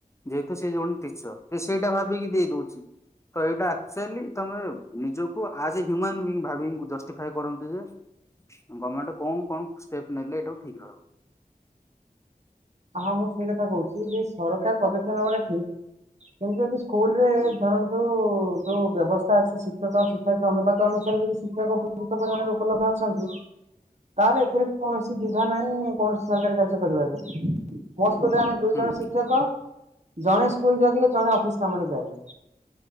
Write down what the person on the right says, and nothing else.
ହଁ ମୁଁ ସେଇ କଥା କହୁଛି ଯେ ସରକାର ପଦକ୍ଷେ ନେବା ଟା ଠିକ- କିନ୍ତୁ ଯଦି ସ୍କୁଲରେ
ଧରନ୍ତୁ ଯୋଉ ବ୍ୟବସ୍ଥା ଅଛି ଶିକ୍ଷକ ଆଉ ଶିକ୍ଷାର୍ଥି ଅନୁପାତ ଅନୁସାରେ ଯଦି ଶିଖ <unintelligible> ପରିମାଣରେ ଉପଲବଧ ଅଛନ୍ତି- ତାହେଲେ ଏଥିରେ କୌଣସି ଦ୍ୱିଧା ନାହିଁ କୌଣସି ସରକାରୀ କାର୍ଯ୍ୟ କରିବାରେ ମୋ ସ୍କୁଲରେ ଆମେ ଦୁଇ
ଜଣ ଶିକ୍ଷକ, ଜଣେ ସ୍କୁଲ ଜଗିଲେ ଜଣେ ଅଫିସ କାମରେ ଯାଏ